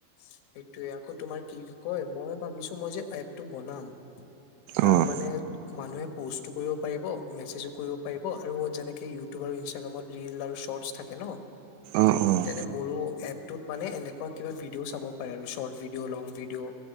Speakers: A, on the left; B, on the right.
A: সেইটোয়ে আকৌ তোমাৰ কি কয় মই ভাবিছো মই যে এপটো বনাম। তাত
B: অ',
A: মানে, মানুহে পষ্টো কৰিব পাৰিব, মেছেজো কৰিব পাৰিব, আৰু যেনেকে ইউটিউব আৰু ইনষ্টাগ্ৰামত ৰিল আৰু ছৰ্টছ থাকে ন!
B: অ', অ',
A: তেনে মোৰো এক তোত মানে এনেকুৱা কিবা ভিদ ভিডিঅ'ও চাব পাৰে আৰু ছৰ্ট ভিডিঅ' লং ভিডিঅ'